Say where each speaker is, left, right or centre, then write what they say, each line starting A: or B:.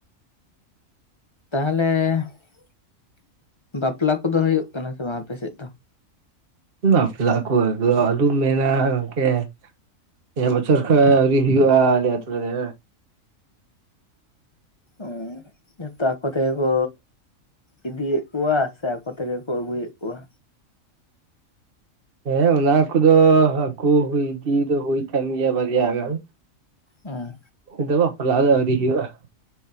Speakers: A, on the left; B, on the right.
A: ᱛᱟᱦᱟᱞᱮ <unintelligible> ᱵᱟᱯᱞᱟ ᱠᱚᱫᱚ ᱦᱩᱭᱩᱜ ᱠᱟᱱᱟ ᱥᱮ ᱵᱟᱝ ᱟᱯᱮ ᱥᱮᱫ ᱫᱚ?
B: ᱵᱟᱯᱞᱟ ᱠᱚ <unintelligible> ᱼᱼ ᱢᱮᱱᱟ ᱜᱚᱝᱠᱮ ᱯᱮ ᱵᱚᱪᱷᱚᱨ ᱠᱷᱚᱱ ᱟᱹᱣᱨᱤ ᱦᱩᱭᱩᱜ-ᱟ ᱟᱞᱮ ᱟᱛᱩ ᱨᱮᱼᱼ
A: <unintelligible> ᱡᱷᱚᱛᱚ ᱟᱠᱚ ᱛᱮᱜᱮ ᱠᱚᱼᱼ ᱤᱫᱤᱭᱮᱫ ᱠᱚᱣᱟ ᱥᱮ ᱟᱠᱚ ᱛᱮᱜᱮ ᱠᱚ ᱟᱹᱜᱩᱭᱮᱫ ᱠᱚᱣᱟ?
B: ᱦᱮᱸ ᱚᱱᱟ ᱠᱚᱫᱚ <unintelligible> ᱤᱫᱤ ᱫᱚ ᱦᱩᱭ ᱟᱠᱟᱱ ᱜᱮᱭᱼᱟ ᱵᱟᱨᱭᱼᱟ ᱜᱟᱱᱼᱼ
A: <unintelligible> ᱼᱼ
B: ᱟᱫᱚ ᱵᱟᱯᱞᱟ ᱫᱚ ᱟᱹᱣᱨᱤ ᱦᱩᱭᱩᱜᱼᱟ᱾